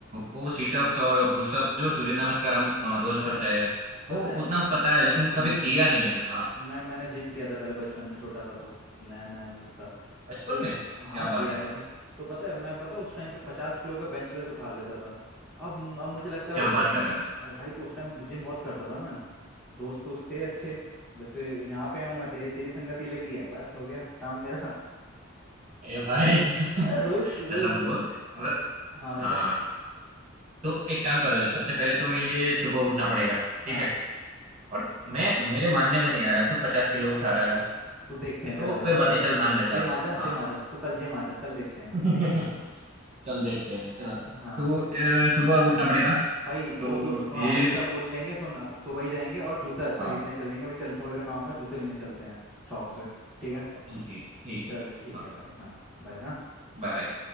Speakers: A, on the right; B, in the centre.
A: वो सीटअप्स और पुशअप्स जो सूर्य नमस्कार हम अ, रोज
B: हाँ
A: करते हैं
B: पता
A: वो
B: है
A: उतना पता है
B: हम्म
A: लेकिन कभी किया नहीं है हाँ
B: मैं मैंने जिम किया था पहले बचपन में छोटा था तो लैन है उसका
A: बचपन
B: तो
A: में
B: हाँ
A: क्या
B: किया
A: बात है
B: है भाई तो पता है मैं पता है उस टाइम पे पचास किलो का बेंच प्रेस उठा लेता था अब म- अब मुझे लगता है
A: क्या
B: उठेगा
A: बात
B: ही
A: कर
B: नहीं
A: रहा है
B: अरे भाई तो उस टाइम जिम बहुत करता था मैं दोस्त दोस्त थे अच्छे जब से यहाँ पे आया हूँ मैं तेरी तेरी संगति लगी है बस हो गया काम मेरा <laughs>
A: ए भाई
B: अरे
A: <laughs>
B: रोज रोज
A: ऐसा मत बोल
B: अब
A: र-
B: हाँ बता
A: हाँ तो एक काम कर सबसे पहले तो ये सुबह उठना पड़ेगा ठीक
B: हाँ
A: है और मैं मेरे मानने में नहीं आ रहा तू पचास किलो उठा रहा है
B: तो देखते हैं
A: तो को,
B: चल आजा
A: कोई बात
B: जिम
A: नहीं चल मान लेता
B: जिम
A: हूँ
B: आजा
A: हाँ
B: जिम आजा तू कल जिम आजा कल देखते हैं
A: <laughs>
B: ठीक है
A: चल देखते हैं चल
B: हाँ
A: तो अ, सुबह उठना पड़ेगा तो
B: भाई वो तो हाँ
A: ये
B: वो सब वोट लेंगे सुना सुबह ही जाएंगे और जूता
A: हाँ
B: खरीदने चलेंगे अभी चल थोड़ी देर में आऊंगा जूते लेने चलते हैं शॉप्स पे ठीक है
A: चल ठीक ठीक
B: चल
A: है
B: ठीक
A: हाँ
B: है भाई हाँ बाय हाँ
A: बाय